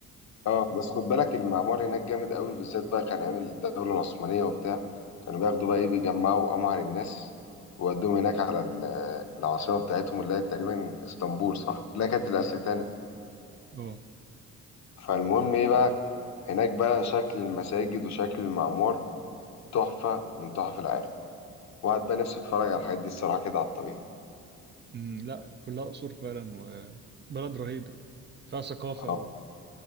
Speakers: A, on the left (about 65°); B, on the right (about 35°).
A: اه بس خد بالك المعمار هناك جامد قوي بالذات بقى كان ايام الدوله العثمانيه وبتاع كانوا بياخدوا بقى ايه بيجمعوا امهر الناس وودوهم هناك على ال- العاصمه بتاعتهم اللي هي تقريبا اسطنبول صح اللي هي كانت الاستانه
B: ده. اه
A: فالمهم ايه بقى هناك بقى شكل المساجد وشكل المعمار تحفه من تحف العالم وقعد بقى نفسي اتفرج على الحاجات دي الصراحه كده على الطبيعه
B: أمم، لا كلها قصور فعلا وبلد رهيبه فيها ثقافه
A: اه